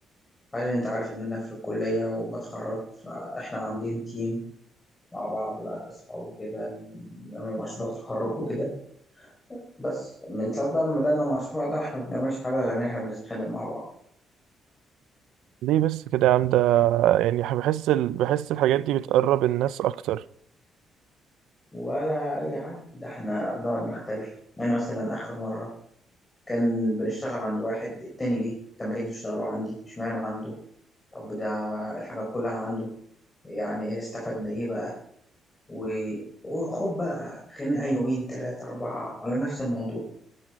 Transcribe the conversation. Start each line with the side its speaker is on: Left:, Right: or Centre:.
Left: بعدين انت عارف ان انا في الكلية وبتخرج فاحنا عاملين تيم مع بعض بقى كصحاب وكده نعمل مشروع تخرج وكده بس من ساعة بقى ما بدأنا المشروع ده احنا ما بنعملش حاجة غير ان احنا بنتخانق مع بعض
Right: ليه بس كده يا عم ده يعني ح- بحس ال... بحس الحاجات دي بتقرب الناس أكتر
Left: ولا اي حاجة ده احنا بنقعد نختلف يعني مثلا اخر مرة كان بنشتغل عند واحد التاني جه طب ما تيجي تشتغلوا عندي اشمعنى عنده طب ده الحاجة كلها عنده يعني استفدنا ايه بقى و... وخد بقى خناقة يومين تلاتة أربعة على نفس الموضوع